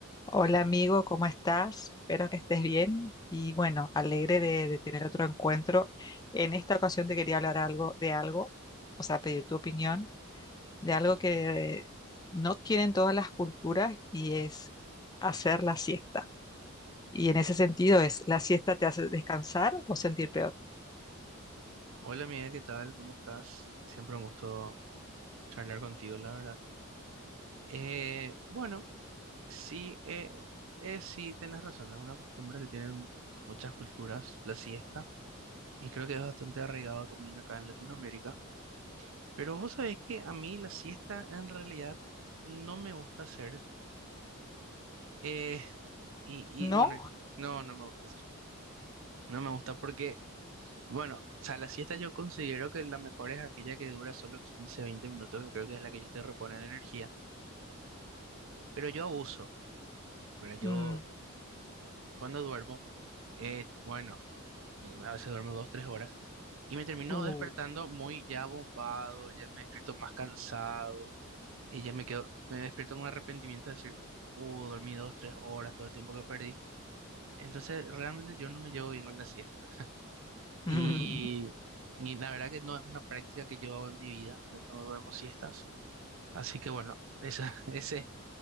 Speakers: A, on the left; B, on the right.
A: Hola amigo, ¿cómo estás? Espero que estés bien y bueno, alegre de, de tener otro encuentro. En esta ocasión te quería hablar algo de algo, o sea, pedir tu opinión de algo que no tienen todas las culturas y es hacer la siesta. Y en ese sentido es, ¿la siesta te hace descansar o sentir peor?
B: Hola amiga, ¿qué tal? ¿Cómo estás? Siempre un gusto charlar contigo, la verdad. Eh, bueno, sí, eh, eh, sí, tenés razón, es una costumbre que tienen muchas culturas, la siesta, y creo que es bastante arraigado también acá en Latinoamérica. Pero vos sabés que a mí la siesta en realidad no me gusta hacer, eh, <laughs> y,
A: ¿No?
B: y bueno, no, no me gusta hacer. No me gusta porque, bueno, o sea, la siesta yo considero que la mejor es aquella que dura solo 15, 20 minutos, que creo que es la que yo te repone la energía. Pero yo abuso, ¿verdad? Yo
A: Mm,
B: cuando duermo, eh, bueno, me- me- a veces duermo dos, tres horas y me termino
A: uh,
B: despertando muy ya bombado, ya me despierto más cansado y ya me quedo, me despierto con un arrepentimiento de decir, uh, dormí dos, tres horas, todo el tiempo que perdí. Entonces, realmente yo no me llevo bien con la siesta. Y,
A: <laughs> mm,
B: y la verdad que no es una práctica que yo hago en mi vida, yo no duermo siestas. Así que bueno, esa, <laughs> ese